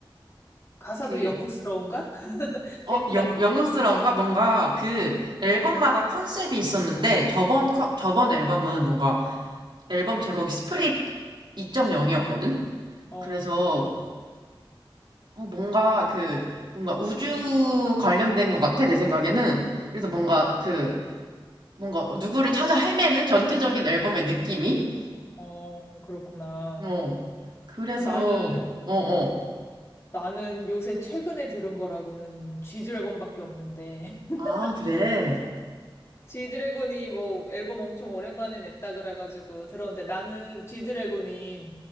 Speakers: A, on the left; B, on the right.
A: 가사도
B: 그
A: 영국스러운가? <laughs>
B: 어,
A: 센티한
B: 영,
A: 게?
B: 영웅스러운가? 뭔가 그 앨범마다 컨셉이 있었는데 저번, 컨- 저번 앨범은 뭔가 앨범 제목이 스프릿 2.0이었거든?
A: 어,
B: 그래서 어, 뭔가 그 뭔가 우주 관련된 것 같아, 내 생각에는. 그래서 뭔가
A: 어,
B: 그 뭔가 누구를 찾아 헤매는 전체적인 앨범의 느낌이?
A: 어, 그렇구나.
B: 어, 그래서
A: 나는,
B: 어,
A: 어,
B: 어.
A: 나는 요새 최근에 들은 거라고는 G드래곤밖에 없는데. <laughs>
B: 아, 그래.
A: G드래곤이 뭐 앨범 엄청 오랜만에 냈다 그래가지고 들었는데 나는 G드래곤이